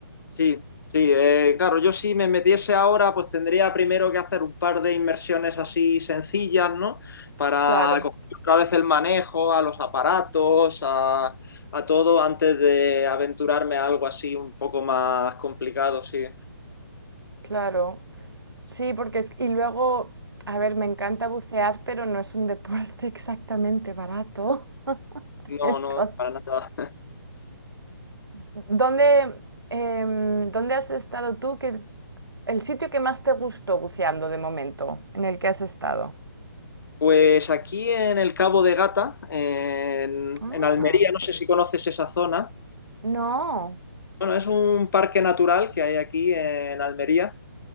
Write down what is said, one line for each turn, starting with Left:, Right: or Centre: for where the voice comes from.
Left: Sí, sí, eh, claro, yo si me metiese ahora, pues tendría primero que hacer un par de inmersiones así sencillas, ¿no? Para
Right: Claro,
Left: coger otra vez el manejo a los aparatos, a, a todo, antes de aventurarme a algo así un poco más complicado, sí.
Right: claro. Sí, porque es... Y luego, a ver, me encanta bucear, pero no es un deporte <laughs> exactamente barato. <laughs>
Left: No,
Right: Entonces,
Left: no, para nada.
Right: ¿dónde, em, dónde has estado tú? ¿Qué, el sitio que más te gustó buceando de momento, en el que has estado?
Left: Pues aquí en el Cabo de Gata, en,
Right: Ah,
Left: en Almería, no sé si conoces esa zona.
Right: no,
Left: Bueno, es un parque natural que hay aquí en Almería.